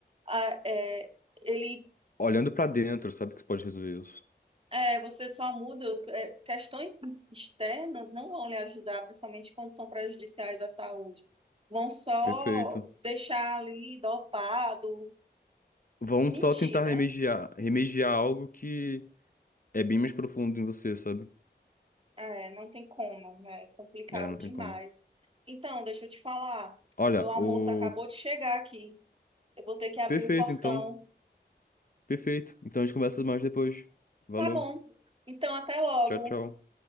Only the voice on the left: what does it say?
olhando pra dentro, sabe que você pode resolver isso.
Perfeito.
Vão
só tentar
remediar, remediar algo que é bem mais profundo em você, sabe?
É, não
tem como.
Olha,
o
perfeito
então. Perfeito. Então a gente conversa mais depois. Valeu.
Tchau, tchau.